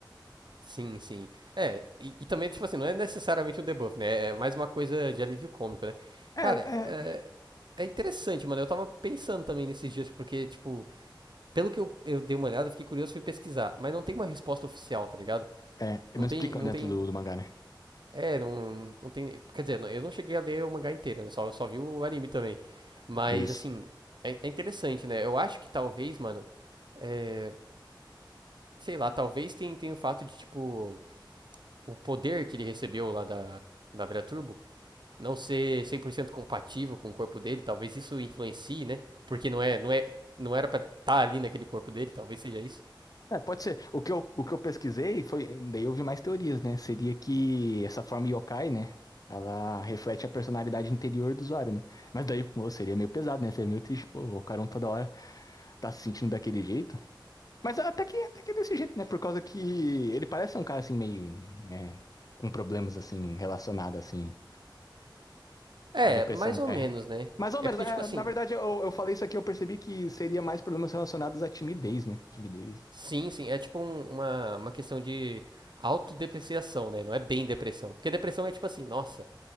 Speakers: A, on the right; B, on the left.
A: Sim, sim. É, e, e também, tipo assim, não é necessariamente um debuff, né? É mais uma coisa de alívio cômico, né?
B: É,
A: Cara, é,
B: é.
A: é interessante, mano. Eu tava pensando também nesses dias, porque, tipo, pelo que eu, eu dei uma olhada, eu fiquei curioso, fui pesquisar. Mas não tem uma resposta oficial, tá ligado?
B: É,
A: Não
B: não
A: tem,
B: explicam
A: não
B: dentro
A: tem
B: do, do mangá, né?
A: É, não, não tem. Quer dizer, eu não cheguei a ler o mangá inteiro, né? Só, só vi o anime também. Mas,
B: Isso.
A: assim, é, é interessante, né? Eu acho que talvez, mano, é, sei lá, talvez tenha tem o fato de, tipo, o poder que ele recebeu lá da, da Vera Turbo não ser 100% compatível com o corpo dele. Talvez isso influencie, né? Porque não é, não é, não era pra estar ali naquele corpo dele, talvez seja isso.
B: É, pode ser. O que eu, o que eu pesquisei foi. Daí eu vi mais teorias, né? Seria que essa forma yokai, né? Ela reflete a personalidade interior do usuário, né? Mas daí, pô, seria meio pesado, né? Seria meio triste, pô, o Ocaron toda hora tá se sentindo daquele jeito. Mas até que, até que é desse jeito, né? Por causa que ele parece um cara assim meio, né, com problemas assim relacionados assim
A: É,
B: à depressão,
A: mais ou
B: é.
A: menos, né?
B: Mas, ao
A: É
B: menos,
A: porque,
B: é,
A: tipo assim,
B: na verdade, eu, eu falei isso aqui, eu percebi que seria mais problemas relacionados à timidez, né? Timidez.
A: Sim, sim. É tipo um- uma, uma questão de autodepreciação, né? Não é bem depressão. Porque depressão é tipo assim, nossa.